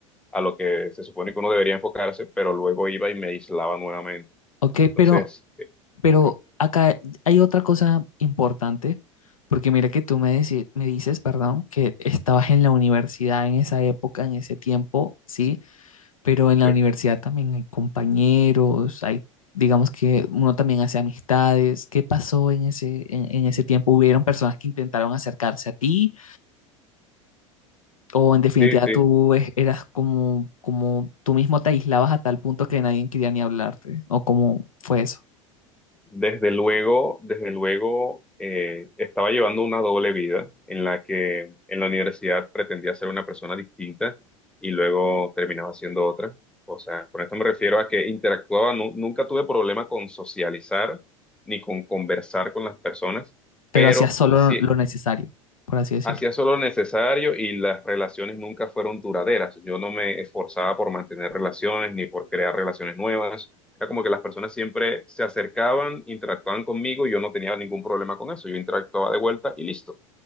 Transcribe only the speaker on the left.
Ok,
pero,
pero
acá hay otra cosa importante, porque mira que tú me, deci- me dices, perdón, que estabas en la universidad en esa época, en ese tiempo, ¿sí? pero en la
universidad también hay compañeros, hay, digamos que uno también hace amistades. ¿Qué pasó en ese, en, en ese tiempo? ¿Hubieron personas que intentaron acercarse a ti? ¿O en definitiva
tú es- eras como, como tú mismo te aislabas a tal punto que nadie quería ni hablarte? ¿O cómo fue eso?
Pero
hacías solo
lo lo necesario, por así decirlo.